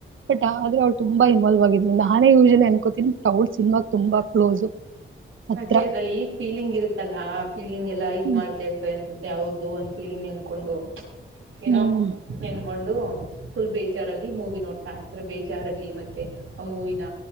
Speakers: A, on the right (about 70°); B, on the right (about 90°).
A: But ಆದ್ರು ಅವ್ಳ ತುಂಬಾ ಇನ್ವಾಲ್ವ್ ಆಗಿದ್ಲು ನಾನೇ ಯೂಜ್ಲಿ ಅನ್ಕೋತೀನಿ ಬಟ್ ಅವ್ಳ್ ಸಿನ್ಮಾಗ್ ತುಂಬ ಕ್ಲೋಸು. ಹತ್ರ
B: ಅದೇ ಅದ್ರಲ್ಲಿ ಫೀಲಿಂಗ್ ಇರುತ್ತಲ್ಲಾ ಆ ಫೀಲಿಂಗ್ ಎಲ್ ಲೈಕ್
A: ಹ್ಮ್
B: ಮಾಡ್ತಾ ಇರುತ್ತೆ ಅನ್ಸ್ ಮತ್ತೆ ಅವ್ರದು ಒಂದ್ ಫೀಲಿಂಗ್ ನೆಂದ್ಕೊಂಡು. ಏನೋ
A: ಹ್ಮ್
B: ನೆನ್ಕೊಂಡು. ಫುಲ್ ಬೇಜಾರಲ್ಲಿ ಮೂವಿ ನೋಡ್ತಾ ಇರ್ತಾರೆ ಬೇಜಾರಲ್ಲಿ ಮತ್ತೆ ಆ ಮೂವಿನ.